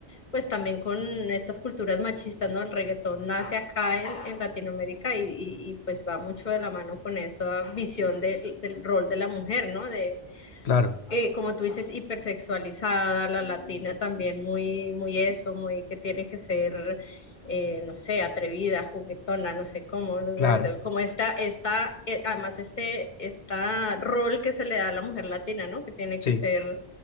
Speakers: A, on the left; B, on the left.
A: pues también con estas culturas machistas, ¿no? El reggaetón nace acá en, en Latinoamérica y, y- y, pues va mucho de la mano con esa visión de- del rol de la mujer, ¿no? De,
B: Claro,
A: eh, como tú dices, hipersexualizada, la latina también muy, muy eso, muy que tiene que ser, eh, no sé, atrevida, juguetona, no sé cómo, ¿no?
B: claro,
A: De- de- como esta, esta, eh, además este, esta rol que se le da a la mujer latina, ¿no? Que tiene
B: sí,
A: que ser,